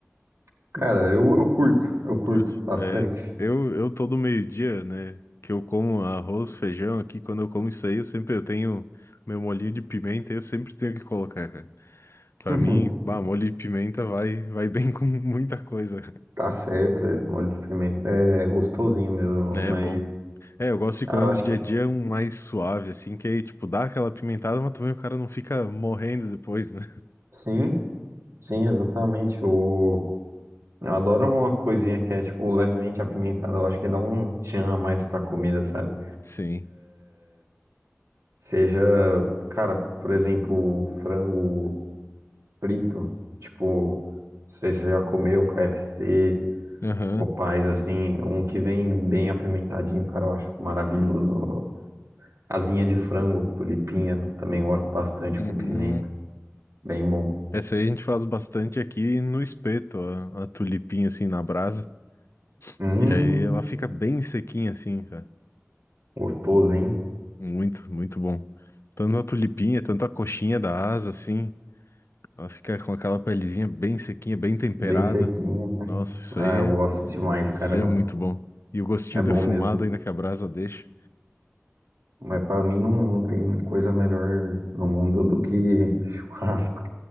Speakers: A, on the right (about 65°); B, on the left (about 60°).
A: <laughs> Cara, eu, eu curto, eu curto
B: Curte?
A: bastante.
B: É, eu, eu todo meio-dia, né, que eu como arroz, feijão aqui, quando eu como isso aí, eu sempre eu tenho meu molhinho de pimenta, eu sempre tenho que colocar, cara. Pra
A: <laughs>
B: mim, bah, molho de pimenta vai, vai bem <laughs> com muita coisa.
A: Tá certo, é, molho de pimenta é gostosinho mesmo,
B: É
A: mas
B: bom. É, eu gosto de
A: ah,
B: comer
A: eu
B: no
A: acho
B: dia
A: que é,
B: a dia um mais suave, assim, que aí, tipo, dá aquela pimentada, mas também o cara não fica morrendo depois, né?
A: sim, sim, exatamente. O, eu adoro uma coisinha que é tipo levemente apimentada. Eu acho que dá um tchan a mais pra comida, sabe?
B: Sim.
A: Seja, cara, por exemplo, frango frito. Tipo, não sei se você já comeu KFC,
B: Aham.
A: Popeyes, assim, um que vem bem apimentadinho, cara, eu acho maravilhoso. Asinha de frango, tulipinha, também gosto bastante
B: Uhum.
A: com pimenta. Bem bom.
B: Essa aí a gente faz bastante aqui no espeto, a, a tulipinha, assim, na brasa.
A: Hum,
B: E aí ela fica bem sequinha, assim, cara.
A: gostoso, hein?
B: Muito, muito bom. Tanto a tulipinha, tanto a coxinha da asa, assim. Ela fica com aquela pelezinha bem sequinha, bem temperada.
A: Bem sequinho, né?
B: Nossa, isso
A: Ah,
B: aí
A: eu gosto
B: é,
A: demais,
B: isso
A: cara.
B: é muito bom. E o gostinho
A: É bom
B: defumado
A: mesmo.
B: ainda que a brasa deixa.
A: Mas pra mim não, não tem coisa melhor no mundo do que <laughs> churrasco.